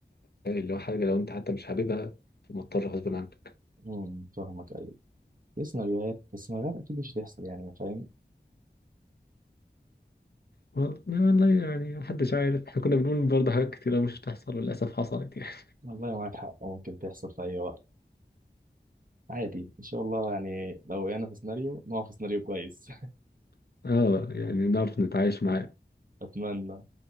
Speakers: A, on the left; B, on the right.
A: فاللي هو حاجة لو أنت حتى مش حاببها فمضطر غصب عنك
B: امم فاهمك ايوه في سيناريوهات بس سيناريوهات اكيد مش هتحصل يعني فاهم
A: وال- والله يعني محدش عارف احنا كنا بنقول برضه حاجات كتيرة مش هتحصل وللأسف حصلت يعني
B: والله معاك حق ممكن تحصل في اي وقت عادي ان شاء الله يعني لو وقعنا في سيناريو نقع في سيناريو كويس
A: <laughs> اه يعني نعرف نتعايش مع
B: <laughs> اتمنى